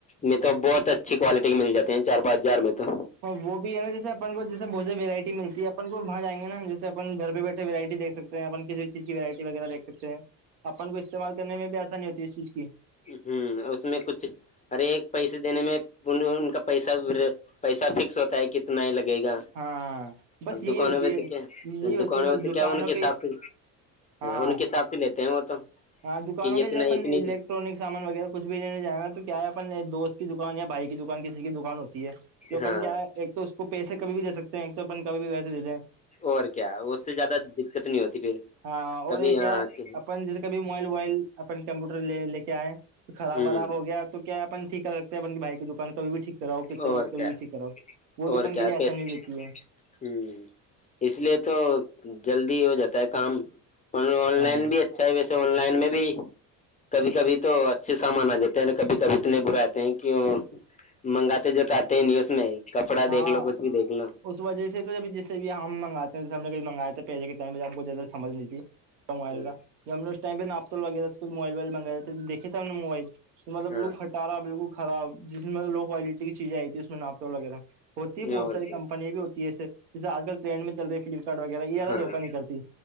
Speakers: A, on the left; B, on the right.
A: میں تو بہت اچھی کوالٹی کے مل جاتے ہیں چار پانچ ہزار میں تو
B: اور وہ بھی ہے نا جسے اپن کو جیسے بہت سے وورائٹی ملتی ہے اپن کو وہاں جائ گے نا جی اس اپن گھرہ بیٹھے وورائٹی دیک سکتے ہیں اپ کسی چیز کی وورائٹی وغیرہ دیک سکتے ہیں اپن کو استعمال کرنے میں بھی آسانی ہوتی ہے اس چیز کی
A: ہوں اس میں کچھ ارے ایک پیسے دینے میں ان کا پیسہ پیسہ فکس ہوتا ہے کتنا ہی لگے گا
B: ہاں بس
A: اب
B: یہی
A: دکانوں
B: ہوتی
A: میں
B: ہے
A: تو
B: یہی
A: کیا
B: ہوتی
A: دکانوں
B: ہے بس
A: میں تو
B: دکانوں
A: کیا ان کے حساب
B: پہ
A: سے
B: ہاں
A: ان کے حساب سے لیتے ہیں وہ تو
B: ہاں دکانوں
A: کہ
B: میں
A: اتنا
B: ج اپن
A: اتنی
B: الیکٹرانک سامان وغیرہ کچھ بھی لینے جائائے گا تو کیا ہے اپن ایک دوست کی دکان یا بائک دکان کسی کی دکان ہوتی ہے تو اپن
A: ہاں
B: کیا ہے ایک تو اس کو پیسے کبھی بھی دے سکتے ہیں ایک تو اپن کبھی بھی پیسے دے دیں ہیں
A: اور کیا اس سے زیادہ دقت نہیں ہوتی پھر
B: ہاں
A: کبھی
B: اور یہ
A: یہاں
B: کیا ہے
A: کے
B: اپن جیسے کبھی موبائل ووبائل اپن کمپیوٹر لے کے آئے تو خراب
A: ہ
B: وراب ہو گ تو کیا ہے اپن ٹیک کر رکھتے ہیں اپن کی بھائی کی دکان کب بھی ٹھیک کراؤ کتنے
A: اور
B: بھی کبھی
A: کیا
B: بھی ٹیک کراؤ وہ بھی
A: اور
B: اپن
A: کیا
B: کے لیے آسانی
A: پس
B: رہتی ہے
A: ہوں اس لیے تو جلدی ہو جاتا ہے کام آن
B: ہاں
A: لائن بھی اچھا ہے ویسے آن لائن میں بھی کبھی کبھی تو اچھے سامان آ جاتے ہیں کبھی کبھی تو نہیں براتے ہیں کہ منگاتے جات آ نی اس میں کپڑا
B: ہاں
A: دیکھ لو کچھ بھی دیکھ لو
B: اس وجہ سے تو جب جیسے بھی ہم مگاتے ہم نے کب منگائےیا تو پیسے کے ائم میں آ کو زیادہ سج نہیں تھی موبائل
A: ہاں
B: کا جب ہم نے اس ٹائ پہ ناپ وغیرہ اسکول موبائل وائل منگے تویکے ہم نے موبائل تو مطلب
A: ہاں
B: بالکل کھٹارا بالکل خراب جس میں لو کوالٹی کی چیزیں آئی تھی اس میں ناپے وغیرہ ہوتی ہے بہت
A: اور
B: ساری
A: کیا
B: کمپنییا بھی ہوتی ہے ایسے جیسےجل ٹرینڈ میں چل رہی فلپکارٹ وغیرہ یہیادہ
A: ہاں
B: دھوکا نہیں کرتی